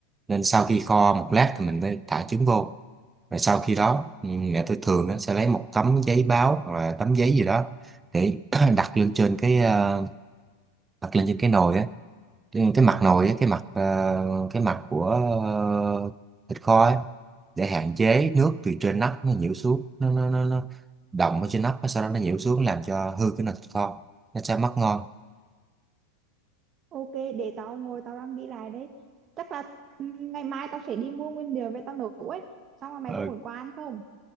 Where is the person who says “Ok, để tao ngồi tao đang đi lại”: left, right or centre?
Right